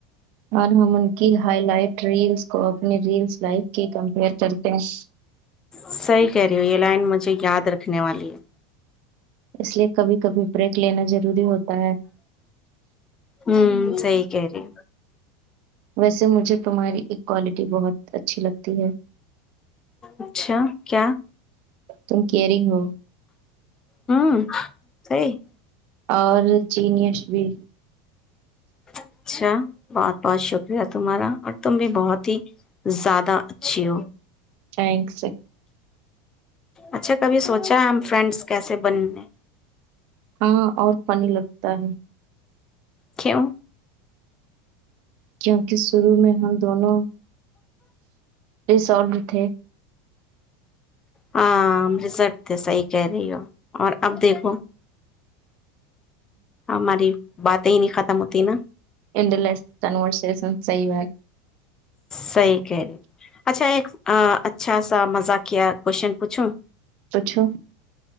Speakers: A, on the right (about 45°); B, on the left (about 15°).
A: اور ہم ان کی ہائی لائٹ ریلس کو اپنی ریلس لائف کی کمپیئر کرتے ہیں
B: صحیح کہہ رہی ہو یہ لائن مجھے یاد رکھنے والی ہے
A: اس لیے کبھی کبھی بریک لینا ضروری ہوتا ہے
B: ہوں صحی کہہ رہی
A: ویسے مجھے تمہاری ایک کوالٹی بہت اچھی لگتی ہے
B: اچھا کیا
A: تم کیئرگ ہو
B: ہوں سی <inaudible>
A: اور چین یش بھی
B: اچھا بہت بہت شکریہ تمہارا اور تم بھی بہت ہی زیادہ اچھی ہو
A: تھینکسر
B: اچھا کبھی سوچا ہے ہم فرینڈس کیسے بننے
A: ہاں اور پانی لگتا ہے
B: کوں
A: کیونکہ شروع میں ہم دونوں یہ سال ر تھے
B: ہاں ا رزرٹ تھ صحیح کہہ رہی ہو اور اب دیکھو ہماری باتیں ہی نہیں خط س متیینا
A: ان ل تنوور شیشم سوا
B: صحیح کہہ رہے اچھا ایک اچھا سا مزا کیا کوشچن پوچھوں
A: اوچھا